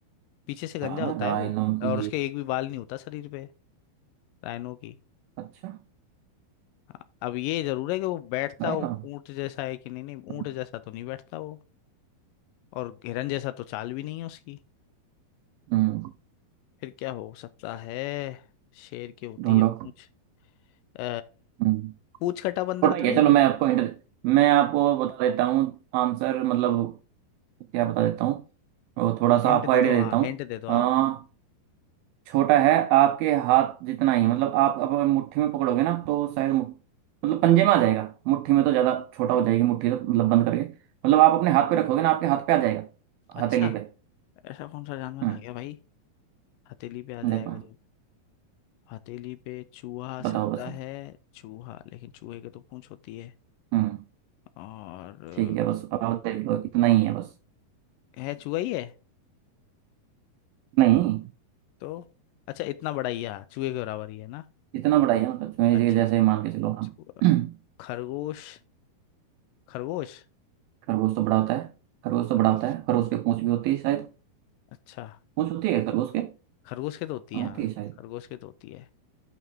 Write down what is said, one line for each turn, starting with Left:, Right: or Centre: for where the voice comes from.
Left: पीछे से गंजा
Right: हाँ
Left: होता
Right: राइनो
Left: है वो
Right: की
Left: और उसके एक भी बाल नहीं होता शरीर पे राइनो की
Right: अच्छा
Left: हाँ, अब ये जरूर है कि वो बैठता
Right: राइनो
Left: वो ऊंट जैसा है कि नहीं नहीं
Right: हम्म
Left: ऊंट जैसा तो नहीं बैठता वो और हिरन जैसा तो चाल भी नहीं है उसकी
Right: हम्म,
Left: फिर क्या हो सकता है शेर की होती
Right: ढूंढो
Left: है पूंछ अ,
Right: हम्म
Left: पूंछ कटा बंदर
Right: छोटा
Left: तो
Right: ही
Left: नहीं
Right: है चलो
Left: है
Right: मैं आपको इंटर मैं आपको बता देता हूँ आंसर मतलब क्या बता देता हूँ और थोड़ा सा
Left: हिंट
Right: आपको आइडिया
Left: दे दो हाँ
Right: देता हूँ
Left: हिंट दे दो
Right: हाँ
Left: आप
Right: छोटा है आपके हाथ जितना ही मतलब आप अब अगर मुट्ठी में पकड़ोगे ना तो शायद मु- मतलब पंजे में आ जाएगा मुट्ठी में तो ज्यादा छोटा हो जाएगी मुट्ठी तो मतलब बंद करके मतलब आप अपने हाथ पे रखोगे ना आपके हाथ पे आ जाएगा
Left: अच्छा
Right: हथेली पे
Left: ऐसा कौन सा जानवर
Right: हम्म
Left: आ गया भाई हथेली पे आ
Right: देखो
Left: जाएगा जो हथेली पे चूहा आ
Right: बताओ
Left: सकता
Right: बस अब
Left: है चूहा लेकिन चूहे के तो पूंछ होती है
Right: हम्म
Left: और
Right: ठीक है बस अब आप देख लो इतना ही है बस
Left: अ, है चूहा ही है
Right: नहीं
Left: तो अच्छा इतना बड़ा ही है हाँ, चूहे के बराबर ही है ना
Right: इतना बड़ा ही है मतलब मेरे
Left: अच्छा
Right: जैसे मान के चलो
Left: चूहा-
Right: हम <clears throat>
Left: खरगोश खरगोश
Right: खरगोश तो बड़ा होता है खरगोश तो
Left: खरगोश
Right: बड़ा होता है खरगोश के पूंछ भी होती है शायद
Left: अच्छा
Right: पूंछ होती है खरगोश के हाँ
Left: खरगोश के तो होती है
Right: होती
Left: हाँ
Right: है शायद
Left: खरगोश के तो होती है